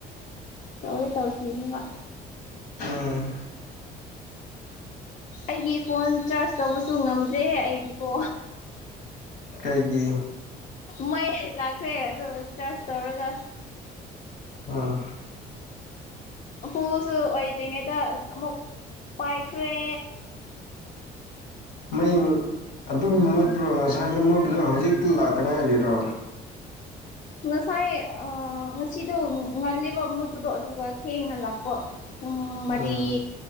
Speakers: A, on the left; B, on the left.
A: ꯇꯧꯔꯤ ꯇꯧꯈꯤꯅꯤꯡꯕ꯫
B: ꯎꯝ
A: ꯑꯩꯒꯤ ꯐꯣꯟ ꯆꯥꯔꯖ ꯇꯧꯕꯁꯨ ꯉꯝꯗ꯭ꯔꯦ ꯑꯩꯗꯤꯀꯣ꯫
B: ꯀꯩꯒꯤ
A: ꯃꯣꯏ ꯂꯥꯛꯈ꯭ꯔꯦ ꯑꯗꯣ ꯆꯥꯔꯖ ꯇꯧꯔꯒ
B: ꯑꯥ
A: ꯎꯐꯨꯁꯨ ꯑꯣꯏꯗ꯭ꯔꯤꯉꯩꯗ ꯑꯃꯨꯛ ꯄꯥꯏꯈ꯭ꯔꯦ
B: ꯃꯩ ꯑꯗꯨꯝ ꯃꯣꯠꯄ꯭ꯔꯣ ꯉꯁꯥꯏꯗ ꯃꯨꯠꯕꯗꯣ ꯍꯧꯖꯤꯛꯇ ꯂꯥꯛꯇ ꯉꯥꯏꯔꯤꯔꯣ?
A: ꯉꯁꯥꯏ ꯉꯁꯤꯗꯣ ꯉꯜꯂꯤꯕ ꯃꯨꯠꯄꯗꯣ ꯑꯗꯨꯒ ꯊꯦꯡꯅ ꯂꯥꯛꯄ ꯄꯨꯡ ꯃꯔꯤ
B: ꯎꯝ